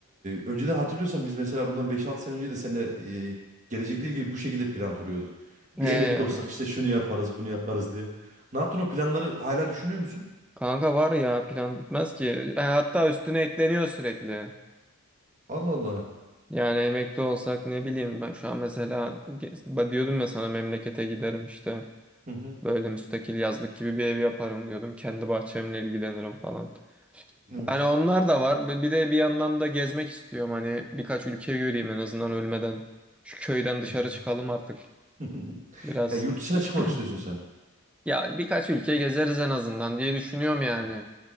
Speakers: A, on the right (about 35°); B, in the centre.
A: önceden hatırlıyorsan biz mesela bundan beş altı sene önce de seninle e, gelecekle ilgili bu şekilde plan kuruyorduk.
B: He
A: Bir emekli
B: ya.
A: olsak işte şunu yaparız bunu yaparız diye. Ne yaptın o planları hala düşünüyor musun?
B: Kanka var ya plan bitmez ki. E, hatta üstüne ekleniyor sürekli.
A: Allah Allah.
B: Yani emekli olsak ne bileyim ben şu an mesela ge- ba- diyordum ya sana memlekete giderim işte
A: Hı hı.
B: böyle müstakil yazlık gibi bir ev yaparım diyordum. Kendi bahçemle ilgilenirim falan.
A: Evet.
B: Yani onlar da var. Ve Bir de bir yandan da gezmek istiyorum hani birkaç ülke göreyim en azından ölmeden. Şu köyden dışarı
A: <laughs>
B: çıkalım artık
A: <laughs>
B: biraz.
A: Ya yurt dışına
B: <clears throat>
A: çıkmak istiyorsun sen.
B: Ya birkaç ülke gezeriz en azından diye düşünüyorum yani.